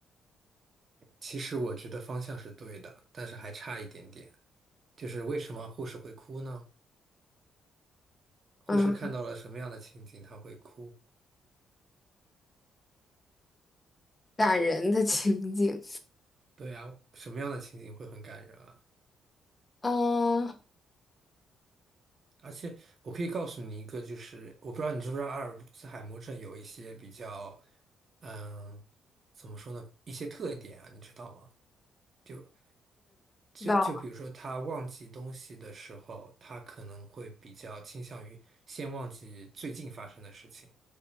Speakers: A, on the right; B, on the left.
A: 其实我觉得方向是对的，但是还差一点点。就是为什么护士会哭呢？护士看到了什么样的情景，
B: 嗯，
A: 她会哭。
B: 感人的 <laughs> 情景。
A: 对啊，什么样的情景会很感人啊？
B: 哦，
A: 而且我可以告诉你一个，就是我不知道你知不知道阿尔兹海默症有一些比较，嗯，怎么说呢？一些特点啊，你知道吗？就就就比如说，
B: 知道，
A: 他忘记东西的时候，他可能会比较倾向于先忘记最近发生的事情。